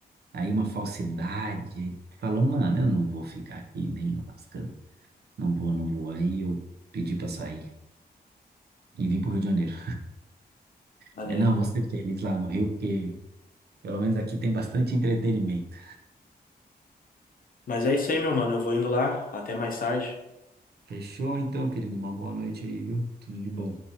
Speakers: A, on the right; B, on the left.
A: Aí uma falsidade, aí tu fala, mano, eu não vou ficar aqui nem lascando. Não vou, não vou. Aí eu pedi para sair e vim pro Rio de Janeiro.
B: Maneiro.
A: Falei, Não, vou ser feliz lá no Rio, porque pelo menos aqui tem bastante entretenimento.
B: Mas é isso aí, meu mano. Eu vou indo lá. Até mais tarde.
A: Fechou então, querido? Uma boa noite aí, viu? Tudo de bom.